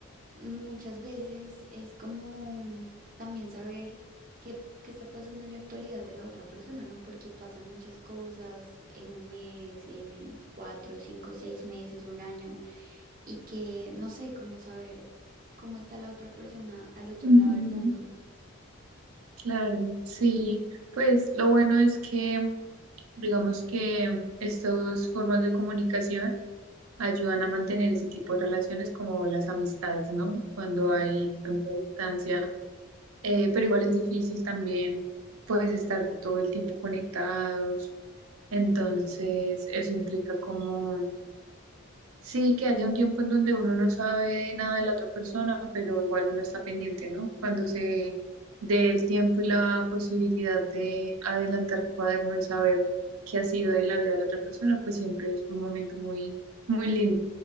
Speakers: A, on the right; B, on the right.
A: muchas veces es como mm, también saber qué, qué está pasando en la actualidad de la otra persona, ¿no? Porque pasan muchas cosas en un mes, en cuatro, cinco, seis meses, un año, y que no sé cómo saber cómo está la otra persona al otro
B: Ujú,
A: lado del mundo.
B: Claro, sí, pues lo bueno es que digamos que estas dos formas de comunicación ayudan a mantener ese tipo de relaciones como las amistades, ¿no? Cuando
A: Claro,
B: hay tanta distancia, eh, pero igual es difícil también, pues estar todo el tiempo conectados Entonces, eso implica como, sí, que haya un tiempo en donde uno no sabe nada de la otra persona, pero igual uno está pendiente, ¿no? Cuando se dé el tiempo y la posibilidad de adelantar el cuaderno y saber qué ha sido de la vida de la otra persona, pues siempre es un momento muy, muy lindo.